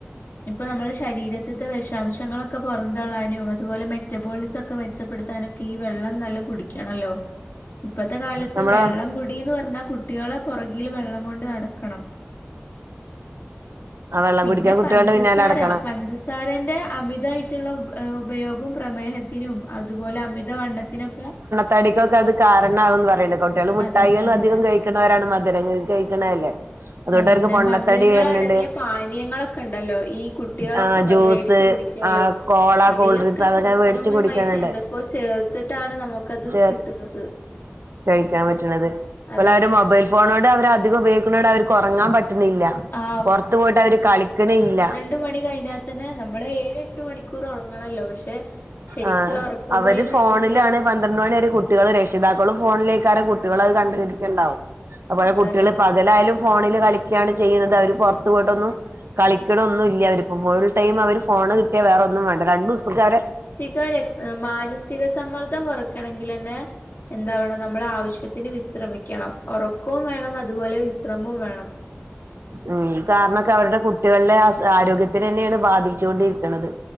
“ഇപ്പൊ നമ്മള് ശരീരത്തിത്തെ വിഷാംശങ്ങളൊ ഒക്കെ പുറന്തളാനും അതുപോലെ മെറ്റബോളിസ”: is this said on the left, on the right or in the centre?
Left